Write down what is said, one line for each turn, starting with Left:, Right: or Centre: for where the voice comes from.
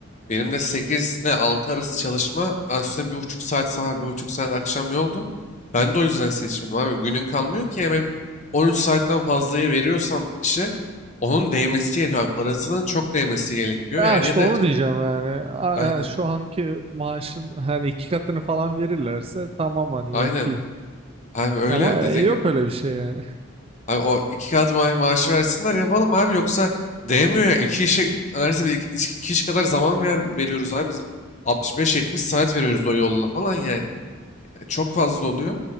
Left: Benim de 8 ile 6 arası çalışma a, üstüne bir buçuk saat sabah bir buçuk saat akşam yoldu. Ben de o yüzden seçmedim abi. Günün kalmıyor ki hemen 13 saatten fazlayı veriyorsam işe onun değmesi gerekiyor. abi. Parasının çok değmesi gerekiyor.
Right: Ya
Left: Yani
Right: işte
Left: ya da
Right: onu diyeceğim yani. A-
Left: aynen
Right: a- Şu anki maaşın hani iki katını falan verirlerse tamam hani
Left: aynen
Right: yapayım.
Left: abi öyle
Right: Ama
Left: dediğin
Right: e, yok
Left: gibi.
Right: öyle bir şey yani. <laughs>
Left: Abi o iki kat ma maaşı versinler yapalım abi yoksa değmiyor ya. İki işe neredeyse bir iki, iki iş kadar zaman ver veriyoruz abi. Biz 65-70 saat veriyoruz o yolla falan yani. çok fazla oluyor.